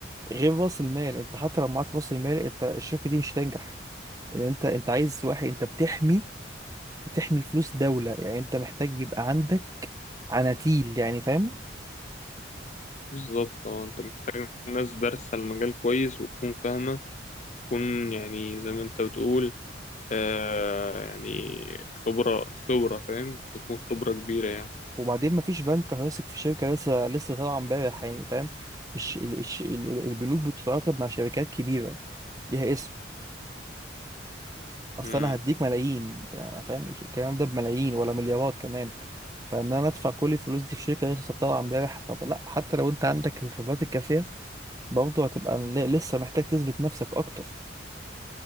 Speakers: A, on the right; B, on the left.
A: غير راس المال انت حتى لو معاك راس المال انت الشركه دي مش هتنجح يعني انت انت عايز واحد انت بتحمي بتحمي فلوس دوله يعني انت محتاج يبقى عندك عناتيل يعني فاهم
B: بالظبط اه انت محتاج ناس دارسة المجال كويس وتكون فاهمة تكون يعني زي ما انت بتقول آه يعني خبرة خبرة فاهم تكون خبرة كبيرة يعني
A: وبعدين مفيش بنك هيثق في شركه لسه لسه طالعه امبارح يعني فاهم الش... ال- الش... ال- البنوك بتتعاقد مع شركات كبيره ليها اسم اصل
B: مم.
A: انا هديك ملايين أنا فاهم الكلام ده بملايين ولا مليارات كمان فان انا ادفع كل الفلوس دي في شركه لسه طالعه امبارح طب لا حتى لو انت عندك الخبرات الكافيه برضه هتبقى ل- لسه محتاج تثبت نفسك اكتر